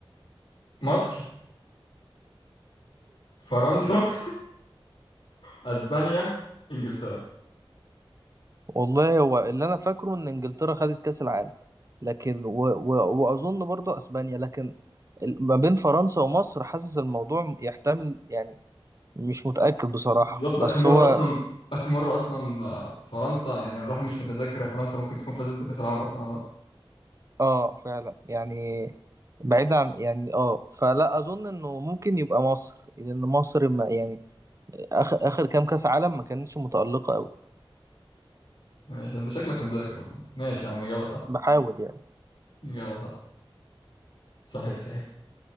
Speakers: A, on the left; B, on the right.
A: مصر فرنسا <laughs> اسبانيا انجلترا
B: والله هو اللي انا فاكره ان انجلترا خدت كاس العالم لكن و... و... واظن برضو اسبانيا لكن ال- ما بين فرنسا ومصر حاسس الموضوع يحتمل يعني مش متاكد بصراحه
A: بالظبط
B: بس
A: اخر مره
B: هو
A: اصلا اخر مره اصلا آه، فرنسا يعني الواحد مش متذكر يا فرنسا ممكن تكون فازت بكاس العالم اصلا ولا لا
B: اه فعلا يعني بعيد عن يعني اه فلا اظن انه ممكن يبقى مصر لان مصر ما يعني اخر اخر كام كاس عالم ما كانتش متالقه قوي
A: ماشي انت شكلك مذاكر والله ماشي يا عم اجابه صح
B: بحاول يعني
A: اجابه صح صحيح صحيح